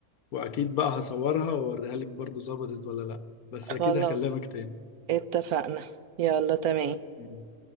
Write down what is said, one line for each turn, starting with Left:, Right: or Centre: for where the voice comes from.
Left: واكيد بقى هصورها واوريها لك برضه ظبطت ولا لا بس
Right: خلاص
Left: اكيد هكلمك تاني
Right: اتفقنا يلا تمام
Left: مم.